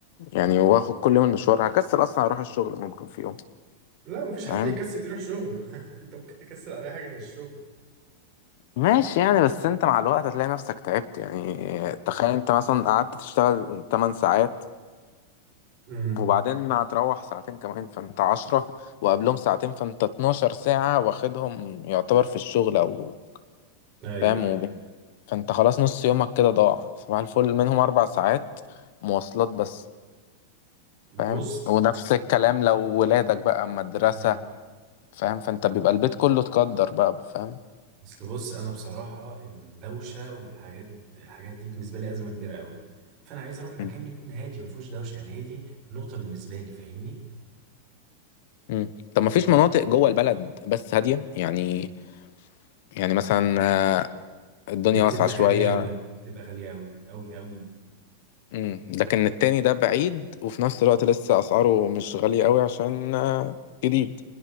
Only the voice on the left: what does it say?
يعني واخد كل يوم المشوار هكسل اصلا اروح الشغل ممكن في يوم
فاهم
ماشي يعني بس انت مع الوقت هتلاقي نفسك تعبت يعني تخيل انت مثلا قعدت تشتغل 8 ساعات
وبعدين هتروح ساعتين كمان فانت عشرة وقبلهم ساعتين فانت 12 ساعة واخدهم يعتبر في الشغل او
فاهم
فانت خلاص نص يومك كده ضاع صباح الفل منهم اربع ساعات مواصلات بس
فاهم ونفس الكلام لو ولادك بقى أما مدرسة
فاهم فانت بيبقى البيت كله تقدر بقى فاهم
مم.
مم. طب ما فيش مناطق جوه البلد بس هادية يعني يعني مثلا آه، الدنيا
واسعة شوية
مم. لكن التاني ده بعيد وفي نفس الوقت لسه اسعاره مش غالية قوي عشان آه، جديد